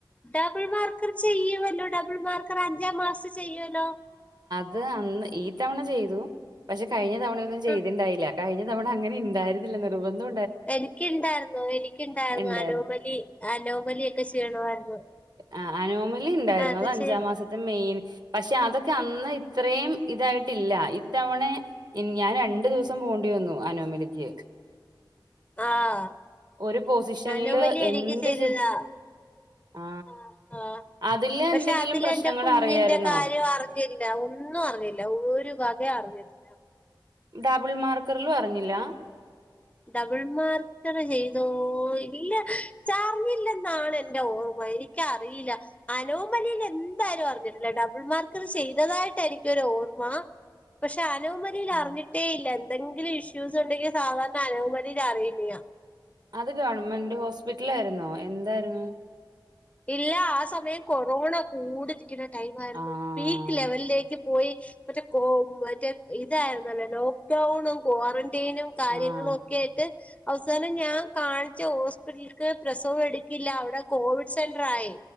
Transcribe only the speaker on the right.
ത് അന്ന് ഈ തവണ ചെയ്തു. പക്ഷെ കഴിഞ്ഞ തവണ ഒന്നും ചെയ്തിണ്ടായില്ല.
കഴിഞ്ഞ തവണ അങ്ങനെ ണ്ടായിരുന്നില്ല. നിർബന്ധോ
ഇണ്ടായിരു
ആഹ് അനോമ ലിണ്ടായിരുന്നു.
അഹ് അഞ്ചാം
മാസത്തെ മെയിൻ പക്ഷെ അതൊക്കെ അന്ന് ഇത്രയും ഇതായിട്ടില്ല. ഇത്തവണെ ഇൻ ഞൻ രൺ ണ്ട് ദിവ്സം പോണ്ടി വന്നു അനോമലിക്ക്
ഒരു പൊസിഷനില്
എന്ത്
ചെ ആ.
അതില്
എന്തെങ്കിലും
പ്രശ്നങ്ങൾ
അറിയായിരുന്നോ?
ഡബിൾ മാർക്കറിലും അറിഞ്ഞില്ല
ആ.
അത് ഗവൺമെന്റ് ഹോസ്പിറ്റലാരുന്നോ എന്തായിരുന്നു
ആഹ്
ആഹ്